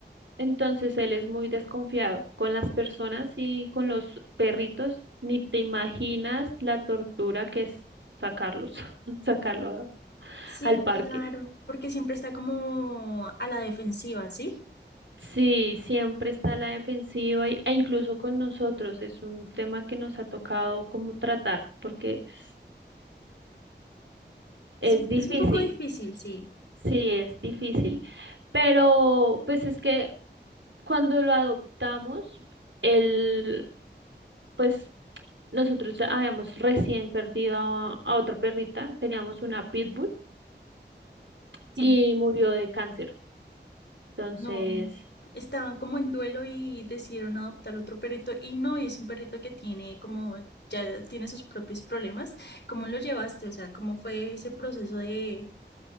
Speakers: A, on the right (about 85°); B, on the left (about 70°).
A: Entonces él es muy desconfiado con las personas y con los perritos. Ni te imaginas la tortura que es sacarlos, <laughs> sacarlo a-
B: Sí,
A: al parque.
B: claro, porque siempre está como a la defensiva, ¿sí?
A: Sí, siempre está a la defensiva y- e incluso con nosotros es un tema que nos ha tocado como tratar porque es es
B: Es, un-
A: difícil.
B: es un poco difícil, sí,
A: Sí, es difícil, pero pues es que cuando lo adoptamos, él, pues nosotros habíamos recién perdido a, a otra perrita, teníamos una pitbull
B: sí.
A: y murió de cáncer. Entonces,
B: No, estaban como en duelo y decidieron adoptar otro perrito y no, y es un perrito que tiene como, ya tiene sus propios problemas. ¿Cómo lo llevaste? O sea, ¿cómo fue ese proceso de,